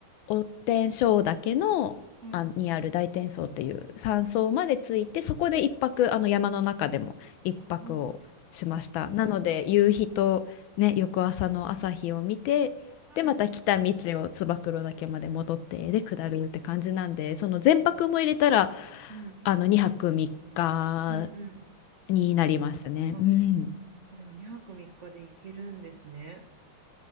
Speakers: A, on the left (about 75°); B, on the right (about 75°).
A: お天正岳の、
B: ん。はい。
A: あ、にある大天荘っていう山荘まで着いて、そこで一泊、あの山の中でも一泊をしました。
B: ああ。
A: なので夕日とね、翌朝の朝日を見て、
B: はい。
A: でまた来た道を燕岳まで戻ってで下るって感じなんで、その全泊も入れたら
B: うん。
A: あの2泊3日
B: うんうん。
A: になりますね。
B: あ、
A: うん。
B: あでも2泊3日で行けるんですね。